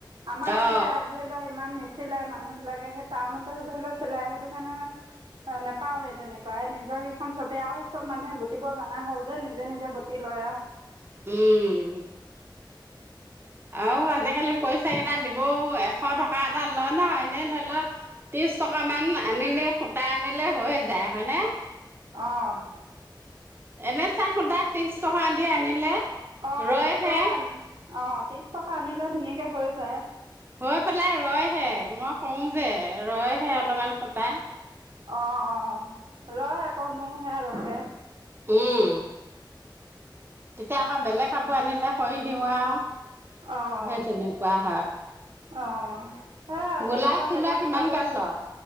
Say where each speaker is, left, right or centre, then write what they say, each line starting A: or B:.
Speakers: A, on the right; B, on the right.
A: আমাৰ এতিয়া
B: অ
A: ত ধৰিল ইমান নি চিলাই মানুহ বিলাকে সেই টাউনতে ধৰি লও চিলাই সেইটো কাৰণে অ নোপাওৱে তেনেকুৱা নিজৰেইখন চবে আও চব মানুহে বুটিব জনা হ'ল যে নিজে নিজে বতি লয় আও
B: উম আও আজিকালি পইচা কেইটা দিবও এশ টকা এটা লয় ন এনেই ধৈল ত্ৰিশ টকাামান আনিলে সুতা আনিলে হৈ যায় হয়নে
A: অহ
B: এনেচা সূতা ত্ৰিশ টকা দি আনিলে
A: অ
B: ৰয়হে
A: ত্ৰিশ টকা আনি অ ত্ৰিশ টকা আনিলে ধুনীয়াকে হৈ যায়
B: হৈ পেলাই ৰয়হে মই কওঁ যে ৰয়হে অলপমান সূতা
A: অ অ ৰয় আকৌ মোৰ সেয়া ৰখে
B: উম তেতিয়া আকৌ বেলেগ কাপোৰ আনিলে কৈ দিওঁ আও
A: অঁ
B: হে তেনেকুৱা হয়
A: অঁ সেয়া
B: বোলাউজ
A: তেনেকুৱা
B: চিলোৱা
A: জেগাত
B: কিমান
A: ঘৰটো
B: কে ল